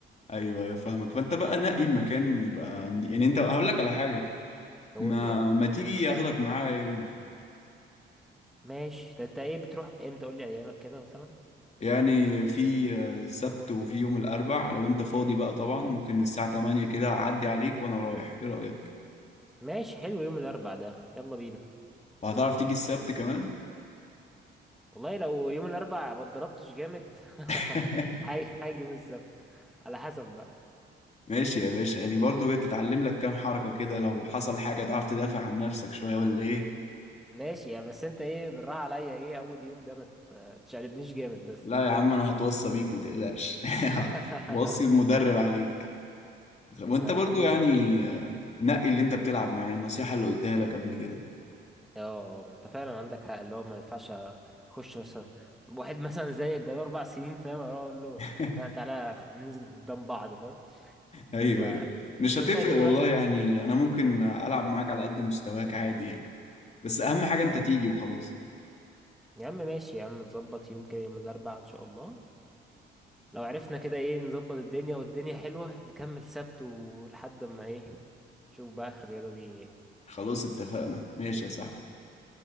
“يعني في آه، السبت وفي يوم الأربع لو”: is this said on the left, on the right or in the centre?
Left